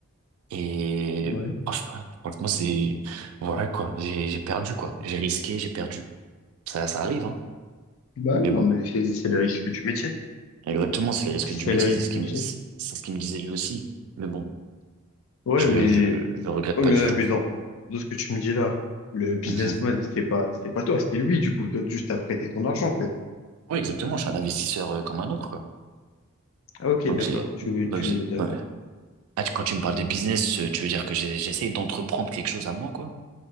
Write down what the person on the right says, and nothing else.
Et
oh, je sais pas franchement, c'est voilà quoi. J'ai j'ai perdu quoi. J'ai risqué, j'ai perdu. Ça ça arrive hein.
Mais bon,
exactement, c'est le risque
du métier.
C'est ce
qui
me c'est c'est ce qu'il me disait lui aussi. Mais bon,
je
je je regrette
pas
du
tout.
Mhm.
Oui, exactement. Je suis un investisseur euh, comme un autre quoi.
Donc
j'ai
donc
j'ai
non, mais- Ah, tu- quand tu me parles de business, euh, tu veux dire que j'ai- j'essaye d'entreprendre quelque chose à moi quoi?